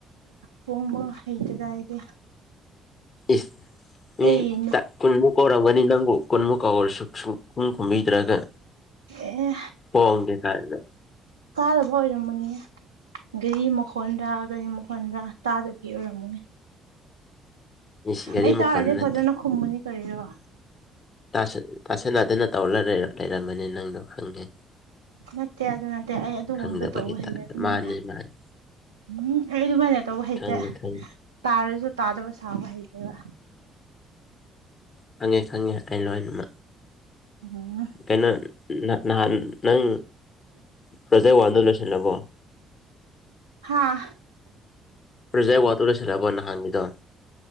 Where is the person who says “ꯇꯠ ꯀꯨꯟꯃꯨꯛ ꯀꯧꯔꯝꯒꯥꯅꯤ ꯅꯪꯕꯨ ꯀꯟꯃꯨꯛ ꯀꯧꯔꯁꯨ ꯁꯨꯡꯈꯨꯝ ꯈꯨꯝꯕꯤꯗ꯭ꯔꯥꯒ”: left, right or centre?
Left